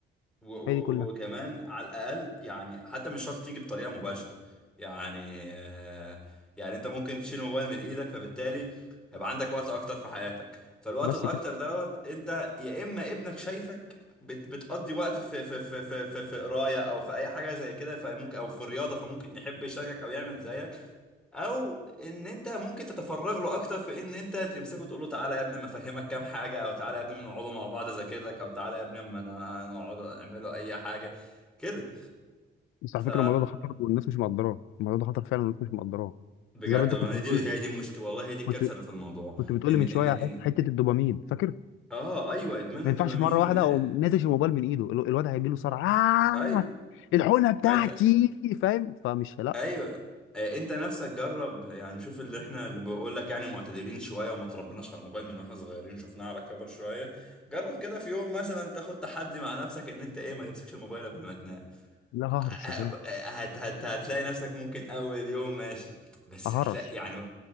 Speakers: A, in the centre; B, on the left.
A: و- و-
B: هي دي كلها
A: وكمان على الاقل يعني حتى مش شرط تيجي بطريقه مباشره يعني آه، يعني انت ممكن تشيل الموبايل من ايدك فبالتالي هيبقى عندك وقت اكتر في حياتك فالوقت
B: بس
A: الاكتر
B: كده
A: دوت انت يا اما ابنك شايفك بت بتقضي وقت في في في في في, في قرايه او في اي حاجه زي كده فممكن او في الرياضه فممكن يحب يشاركك او يعمل زيك او ان انت ممكن تتفرغ له اكتر في ان انت تمسكه تقول له تعالى يا ابني ما افهمك كام حاجه او تعالى يا ابني ما نقعدوا مع بعض اذاكر لك او تعالى يا ابني ما انا نقعد اعملوا اي حاجه كده
B: بس على
A: ف
B: فكره الموضوع ده خطر والناس مش مقدراه الموضوع ده خطر فعلا والناس مش مقدراه
A: بجد
B: زي ما انت
A: ما
B: كنت
A: هي
B: بتقول
A: دي هي دي المشكله والله هي دي الكارثه
B: كنت
A: اللي في الموضوع
B: كنت بتقولي
A: ان
B: من
A: ان
B: شويه
A: ان
B: على حت- حته الدوبامين فاكر
A: اه ايوه ادمان
B: ما
A: الدوبامين
B: ينفعش في مره واحده
A: آه،
B: اقوم ناتش الموبايل من ايده ال- الواد هيجي له صرع
A: ايوه
B: آه الحقنه بتاعتي
A: انت
B: فاهم فمش لا
A: ايوه آه، انت نفسك جرب يعني شوف اللي احنا اللي بقول لك يعني معتدلين شويه وما تربناش على الموبايل من واحنا صغيرين شفناه على كبر شويه جرب كده في يوم مثلا تاخد تحدي مع نفسك ان انت ايه ما تمسكش الموبايل قبل ما تنام
B: لا ههرش
A: هت
B: مش هينفع.
A: هت هت- هتلاقي نفسك ممكن اول يوم ماشي بس
B: ههرش
A: هتلاقي يعني